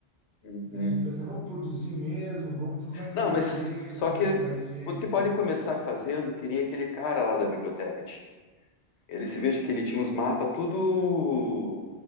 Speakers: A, on the left; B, on the right.
A: Uhum.
B: A gente pensa, vamos produzir mesmo, vamos, como é que
A: Não,
B: vai
A: mas
B: ser,
A: só
B: como
A: que
B: é que não vai ser,
A: você
B: entendeu?
A: pode começar fazendo, que nem aquele cara lá da biblioteca tinha. Ele, se veja que ele tinha uns mapas tudo,